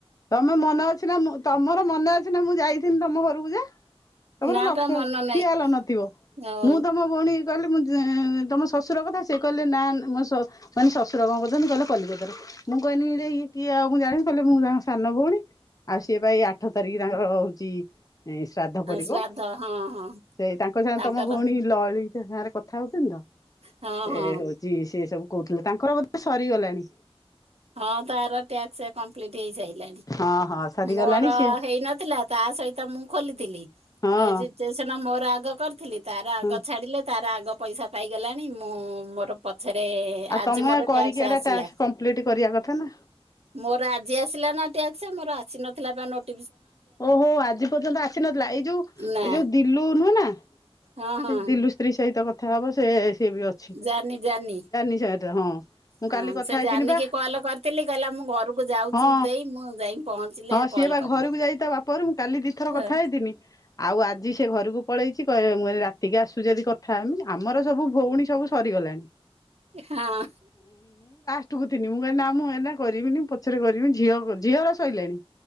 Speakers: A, on the left; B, on the right.
A: ତମେ ମନେ ଅଛି ନା ମୁଁ ତମର ମନେ ଅଛି ନା ମୁଁ ଯାଇଥଥିଲି ତମ ଘରକୁ ଯା ତମର
B: ନା
A: ଲକ୍ଷ
B: ବା ମନ ନାହିଁ
A: ଖିଆ ହେଲ ନଥିବ
B: ହଁ
A: ମୁଁ ତମ ଭଉଣୀ କହିଲି ଉଁ ତମ ଶଶୁର କଥା ସିଏ କହିଲେ ନା ମୋ ସସ ଶଶୁର କଣ କରୁଛନ୍ତି କହିଲେ କଲିକତାରେ ମୁଁ କହିଲି ଇଏ କିଏ ଆଉ ମୁଁ ଜାଣି କଲେ ମୁଁ ଜାଣ <unintelligible> ସାନ ଭଉଣୀ ଆଉ ସିଏ ପାଇଁ ଆଠ ତାରିଖ ତାଙ୍କର ହଉଛି ଏ ଶ୍ରାଦ୍ଧ ପଡିବ
B: ଶ୍ରାଦ୍ଧ
A: ସେ
B: ହଁ ହଁ
A: ତାଙ୍କ ସାଙ୍ଗ
B: ତାଙ୍କର
A: ତମ ଭଉଣୀ ଲଳିତ ସାରେ କଥା ହଉଥିନି ତ ସେ
B: ହଁ ହଁ
A: ହଉଛି ସେ ସବୁ କହୁଥିଲେ ତାଙ୍କର ବୋଧେ ସରିଗଲାଣି।
B: ହଁ ତାର ଟାସ୍କ କମ୍ପ୍ଲିଟ ହେଇଯାଇ
A: ହଁ ହଁ ସରିଗଲାଣି
B: ମୋର
A: ସିଏ
B: ହେଇନଥିଲା। ତା ସହିତ ମୁଁ ଖୋଲିଥିଲି।
A: ହଁ
B: ରେଜିଷ୍ଟ୍ରେସନ ମୋର ଆଗ କରିଥିଲି, ତାର ଆଗ
A: ହଁ।
B: ଛାଡିଲେ। ତାର ଆଗ ପଇସା ପାଇଗଲାଣି। ମୁଁ ମୋର ପଛରେ
A: ଆଉ
B: ଆଜି
A: ତମେ
B: ମୋର
A: କରିକି
B: ଟ୍ୟାକ୍ସ
A: ଏଇଟା
B: ଆସିଲା।
A: ଟାସ୍କ କମ୍ପ୍ଲିଟ କରିବା କଥା ନା।
B: ମୋର ଆଜି ଆସିଲା ନା ଟ୍ୟାକ୍ସ, ମୋର ଆସି ନଥିଲା ପା ନ
A: ଓହୋ ଆଜି ପର୍ଯ୍ୟନ୍ତ ଆସିନଥିଲା? ଏଇ ଯୋଉ ଏଇ
B: ନା
A: ଯୋଉ ଦିଲୁ ନୁହେଁ ନା?
B: ହଁ
A: ସେ
B: ହଁ
A: ଦିଲୁ ସ୍ତ୍ରୀ ସହିତ କଥା ହବ ସେ ସିଏ ବି ଅଛି
B: ଜାନି ଜାନି
A: <unintelligible> ସେ ହଁ। ମୁଁ
B: ହଁ
A: କାଲି କଥା
B: ସେ
A: ହେଇଥିଲି
B: ଜାନିକି
A: ବା
B: କଲ କରିଥିଲି କହିଲା ମୁଁ ଘରକୁ ଯାଉଛି
A: ହଁ
B: ଦେଇ ମୁଁ ଯାଇକି ପହଞ୍ଚିଲେ
A: ହଁ ସିଏ
B: କଲ୍
A: ବା
B: କରିବ
A: ଘରକୁ ଯାଇଛି। ତା ବାପଘରକୁ ମୁଁ କାଲି ଦିଥର
B: ହଁ
A: କଥା ହେଇଥିନି ଆଉ ଆଜି ସେ ଘରକୁ ପଳେଇଛି କହ ମୁଁ କହେ ରାତିକି ଆସୁଛି ଯଦି କଥାହେମି ଆମର ସବୁ ଭଉଣୀ ସବୁ ସରିଗଲାଣି।
B: ହଁ।
A: ଠକୁଥିଲି ମୁଁ କି ନା ମୁଁ ଏଇନା କରିବିନି ପଛରେ କରିବି। ଝିଅ ଝିଅର ସଇଲାଣି।